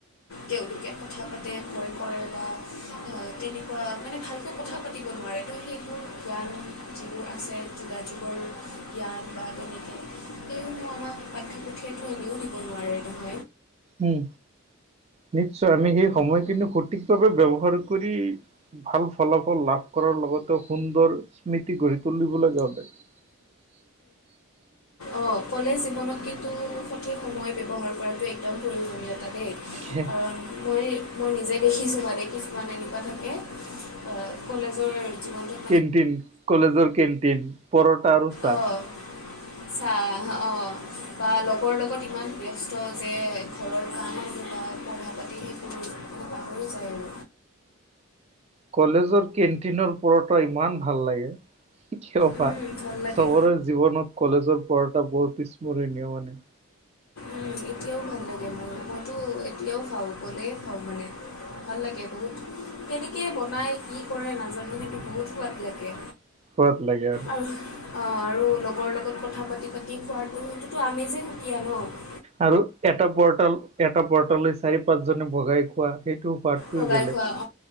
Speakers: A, on the left (about 75°); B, on the right (about 30°).
A: তেওঁলোকে কথা পাতে ভয় কৰে বা আ তেনেকুৱা মানে ভালকৈ কথা পাতিব নোৱাৰে ত সেইবোৰ জ্ঞান যিবোৰ আছে যোগাযোগৰ জ্ঞান বা তেনেকে এইসমূহ আমাক পাঠ্য পুঠিয়েটো এনেও দিব নোৱাৰে ন
B: উম নিশ্চয় আমি সেই সময় কিনি সঠিকভাৱে ব্যৱহাৰ কৰি ভাল ফলাফল লাভ কৰাৰ লগতে সুন্দৰ স্মৃতি গঢ়ি তুলিবলৈ যাওঁতে <unintelligible>
A: অঁ কলেজ জীৱনত কিন্তু সঠিক সময় ব্যৱহাৰ কৰাটো একদম প্ৰয়োজনীয়তা দেই
B: খে
A: কাৰণ মই মই নিজে দেখিছোঁ মানে কিছুমান এনেকুৱা থাকে আ কলেজৰ জীৱনটো
B: কেণ্টিন কলেজৰ কেণ্টিন পৰটা আৰু চাহ।
A: অঁ। চাহ অঁ' বা লগৰ লগত ইমান ব্যস্ত যে ঘৰৰ কাম বা পঢ়া পাতি সেইটো পাহৰি যায় আৰু।
B: কলেজৰ কেণ্টিনৰ পঢ়ত ইমান ভাল লাগে। কিয় বা
A: উম, ভাল লাগে
B: চবৰে জীৱনত কলেজৰ পঢ়টা বহুত স্মৰণীয় মানে।
A: উমঁ' এতিয়াও ভাল লাগে মোৰ, মইতো এতিয়াও খাওঁ গ'লেই খাওঁ মানে। ভাল লাগে বহুত। কেনেকৈ বনায় কি কৰে নাজানো সেইটো বহুত সোৱাদ লাগে।
B: সোৱাত লাগে আৰু।
A: আৰু আৰু লগৰ লগত কথা পাতি পাতি খোৱাটো সেইটোতো আমেজিং সুকীয়া ন'।
B: আৰু এটা পৰতা এটা পৰতা লৈ চাৰি পাঁচজনে ভগাই খোৱা সেইটো সোৱাদটোৱেই
A: ভগাই
B: বেলেগ।
A: খোৱা অঁ'